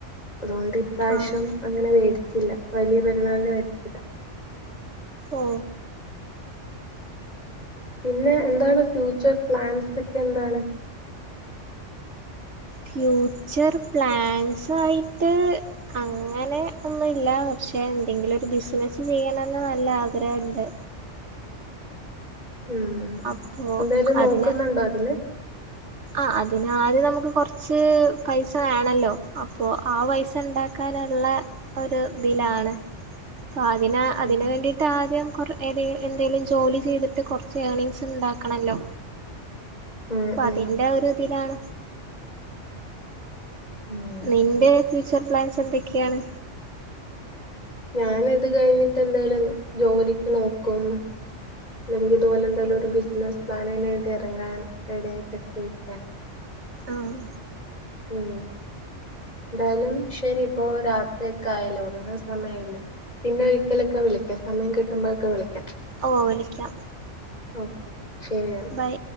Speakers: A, on the left; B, on the right.
A: അതുകൊണ്ട് ഇപ്രാവശ്യം
B: ആഹ്
A: അങ്ങനെ മേടിച്ചില്ല വലിയ പെരുന്നാളിനെ മേടിച്ചില്ല
B: ഓ
A: പിന്നെ എന്താണ് ഫ്യൂച്ചർ പ്ലാൻസ് ഒക്കെ എന്താണ്
B: ഫ്യൂച്ചർ പ്ലാൻസ് ആയിട്ട് അങ്ങനെ ഒന്നുല്ല പക്ഷെ എന്തെങ്കിലും ഒരു ബിസിനസ്സ് ചെയ്യണന്ന് നല്ല ആഗ്രഹുണ്ട്
A: ഉം മ്മ്
B: അപ്പോ
A: എന്തേലും
B: അതിന്
A: നോക്കുന്നുണ്ടോ അതില്
B: ആഹ് അതിന് ആദ്യം നമുക്ക് കൊറച്ച് പൈസ വേണല്ലോ അപ്പൊ ആ പൈസ ഉണ്ടാ ക്കാനുള്ള ഒരുതിലാണ് അപ്പ അതിന അതിന്
A: ഉം
B: വേണ്ടി ട്ട ആദ്യം കുറെ ഏതെ എന്തെങ്കലും ജോലി ചെയ്തിട്ട് കുറച്ച് ഏർണിങ്സ് ഉണ്ടാക്കണല്ലോ
A: ഉം ഉമ്
B: തിന്റെ ഒരു ഇതിലാണ്
A: ഉം
B: നിന്റെ ഫ്യൂച്ചർ പ്ലാൻസ് എന്തൊക്കെയാണ്
A: ഞാൻ ഇത് കഴിഞ്ഞിട്ട് എന്തേലും ജോലിക്ക് നോക്കും അല്ലെങ്കിൽ ഇതുപോലെ എന്തെങ്കിലും ഒരു ബിസിനസ് പ്ലൻ അതിന് വേണ്ടി ഇറങ്ങാൻ റെഡിയായിട്ടൊക്കെ ഇരിക്കാണ്
B: ആഹ്
A: ഉം എന്തായാലും ശെരി ഇപ്പോ രാത്രി ഒക്കെ ആയലോ ഉറങ്ങാൻ സമയായല്ലോ പിന്നെ ഒരിക്കലൊക്കെ വിളിക്കാം സമയം കിട്ടുമ്പോഴൊക്കെ വിളിക്കാം
B: ഓ വിളിക്കാം
A: ഓക്കെ ശെരിയന്നാ
B: ബൈ